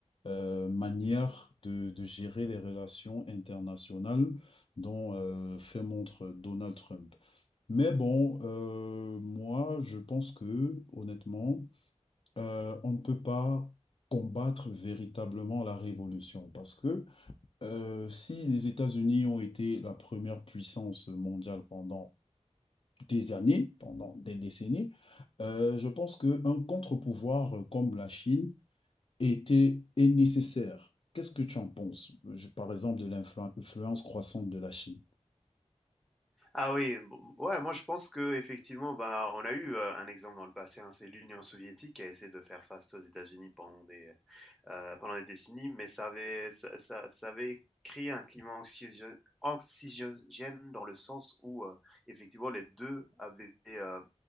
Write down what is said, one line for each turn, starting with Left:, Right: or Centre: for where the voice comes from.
Left: euh, manière de, de gérer les relations internationales dont euh, fait montre Donald Trump. Mais bon, euh, moi, je pense que, honnêtement, euh, on ne peut pas combattre véritablement la révolution parce que euh, si les États-Unis ont été la première puissance mondiale pendant des années, pendant des décennies, euh, je pense qu'un contre-pouvoir comme la Chine était, est nécessaire. Qu'est-ce que tu en penses, Euh, Je- par exemple, de l'influ- l'influence croissante de la Chine?
Centre: Ah oui, bon, ouais, moi je pense que effectivement, bah, on a eu euh, un exemple dans le passé, hein, c'est l'Union soviétique qui a essayé de faire face aux États-Unis pendant des, euh, pendant des décennies, mais ça avait, ça, ça, ça avait créé un climat anxiogène, anxiogène dans le sens où euh, effectivement les deux avaient euh,